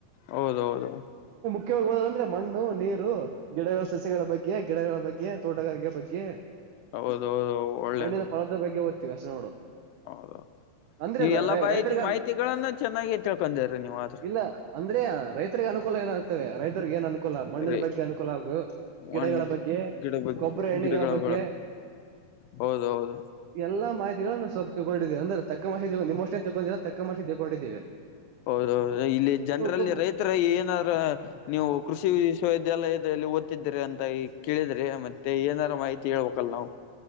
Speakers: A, on the left (about 85°); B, on the right (about 70°).
A: ಹೌದ ಹೌದೌದು
B: ಹೋಗುವುದಂದ್ರೆ ಮಣ್ಣು ನೀರು ಗಿಡಗಳ ಸಸ್ಯಗಳ ಬಗ್ಗೆ ಗಿಡಗಳ ಬಗ್ಗೆ ತೋಟಗಾರಿಕೆ ಬಗ್ಗೆ
A: ಹೌದೌದು ಒಳ್ಳೇದು
B: ಮಣ್ಣಿನ ಪರ್ವತದ ಬಗ್ಗೆ ಓದ್ತೀವಿ ಅಷ್ಟ ನೋಡು
A: ಹೌದು
B: ಅಂದ್ರೆ
A: ನೀವ್
B: ಅದ
A: ಎಲ್ಲಾ ಮಾಹಿತಿ
B: ರೈತರಿಗ
A: ಮಾಹಿತಿಗಳನ್ನ ಚೆನ್ನಾಗಿ ತಿಳ್ಕೊಂಡಿರಿ ನೀವು ಆದ್ರ
B: ಇಲ್ಲ ಅಂದ್ರೆ ರೈತರಿಗ ಅನುಕೂ ಏನಾಗತವೆ ರೈತರಿಗೆ ಏ ಅನುಕೂಲ ಮಣ್ಣಿನ
A: ರೀ
B: ಬಗ್ಗೆ ಅನುಕೂಲ ಆಗುದು ಗಿಡಗಳ
A: ಮಣ್ಣಿಗೆ
B: ಬಗ್ಗೆ
A: ಗಿಡ ಬಗ್
B: ಗೊಬ್ಬರ ಎಣ್ಣೆಗಳ
A: ಗಿಡಗಳ
B: ಬಗ್ಗೆ
A: ಹೌದೌದು
B: ಎಲ್ಲಾ ಮಾಹಿತಿ ಹೇಳ ಸ್ವಪ ತಗೊಂಡಿದ್ದವಿ ಅಂದ್ರ ತಕ್ಕಮ ಮಾಡಿ ನಿಮ್ಮಷ್ಟೇ ತಗೊಂಡ್ರ ತಕ್ಕಮ ಮಾಡಿ ತಗೊಂಡಿದ್ದೀವಿ
A: ಹೌದೌದು ಇಲ್ಲಿ ಜನರಲ್ಲಿ
B: ತುಂಬಾ
A: ರೈತ ಏನಾದ್ರ ನೀವು ಕೃಷಿ ವಿಶ್ವವಿದ್ಯಾಲಯದಲ್ಲಿ ಓದ್ತಿದ್ದೀರಿ ಅಂತ ಕೇಳಿದ ್ರೆ ಮತ್ತೆ ಏನಾದಾರು ಮಾಹಿತಿ ಹೇಳ್ಬೇಕಲ್ಲ ನಾವು